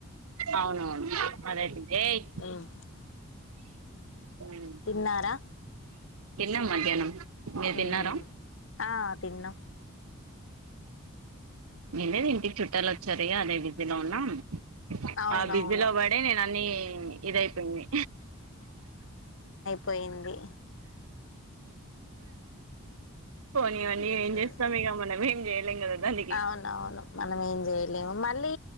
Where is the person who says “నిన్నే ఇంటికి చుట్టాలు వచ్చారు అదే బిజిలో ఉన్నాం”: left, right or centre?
Right